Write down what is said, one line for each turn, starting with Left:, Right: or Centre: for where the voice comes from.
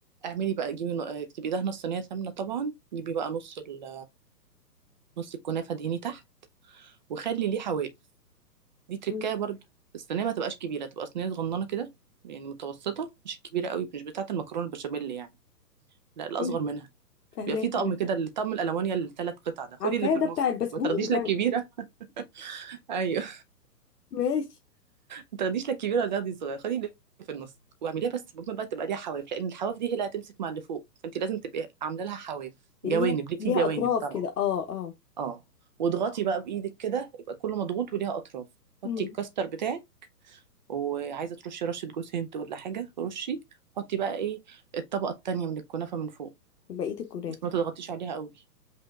Right: اعملي بقى جيبي ن- اكتبي دهنه الصينيه سمنه طبعا جيبي بقى نص ال نص الكنافه دهني تحت وخلي ليه حواف دي تركايه
Left: مم.
Right: برضو الصينيه ما تبقاش كبيره تبقى صينيه صغننه كده يعني متوسطه مش كبيره قوي مش بتاعه المكرونه البشاميل يعني لا الاصغر
Left: ايوه
Right: منها
Left: فهماكي
Right: بيبقى فيه طقم
Left: ماشي
Right: كده الطقم الالمونيا الثلاث قطع ده خدي
Left: عارفاه
Right: اللي في النص
Left: ده بتاع البسبوق
Right: ما تاخديش
Left: بتاع
Right: لا الكبيره <laughs> ايوه
Left: ماشي
Right: ما تاخديش لا الكبيره ولا تاخدي الصغيره خدي اللي في النص واعمليها بس ممكن بقى تبقى ليها حواف لان الحواف دي هي اللي هتمسك مع اللي فوق فانت لازم تبقي عامله لها حواف
Left: اللي
Right: جوانب
Left: ليها
Right: ليه
Left: ليها
Right: في جوانب
Left: اطراف
Right: طبعا
Left: كده اه اه
Right: اه واضغطي بقى بايدك كده يبقى كله مضغوط وليها اطراف حطي
Left: امم
Right: الكاستر بتاعك وعايزه ترشي رشه جوز هند ولا حاجه رشي حطي بقى ايه الطبقه التانية من الكنافه من فوق
Left: بقيه الكنافه
Right: بس ما تضغطيش عليها قوي